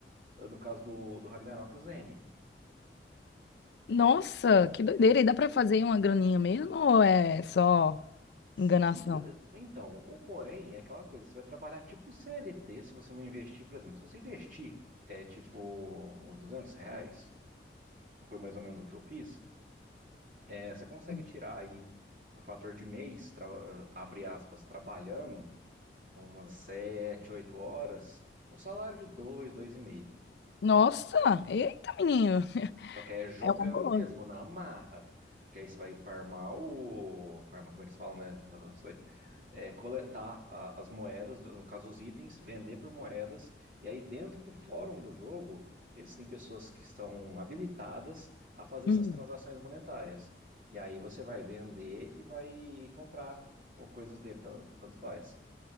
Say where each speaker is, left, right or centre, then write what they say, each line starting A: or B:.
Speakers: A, on the right; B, on the left.
A: no caso do, do Ragnarok, o Zeni.
B: Nossa, que doideira! E dá pra fazer uma graninha mesmo ou é só
A: Se,
B: enganação?
A: vo- então, o porém é aquela coisa, você vai trabalhar tipo CLT se você não investir, por exemplo. Se você investir, é tipo uns 200 reais, que foi mais ou menos o que eu fiz, é, você consegue
B: Hum.
A: tirar aí, por fator de mês, tra- eh, abre aspas, trabalhando umas 7 8 horas, um salário de dois dois e meio
B: Nossa, eita, menino,
A: Só que aí é jogando
B: é uma boa.
A: mesmo, na marra. Porque aí você vai farmar o. Farmar, como eles falam, né? Você vai é, coletar a- as moedas, no caso os itens, vender por moedas. E aí dentro do fórum do jogo, existem pessoas que estão habilitadas a fazer essas
B: Uhum.
A: transações monetárias. E aí você vai vender e vai comprar ou coisas dele, tan- tanto faz.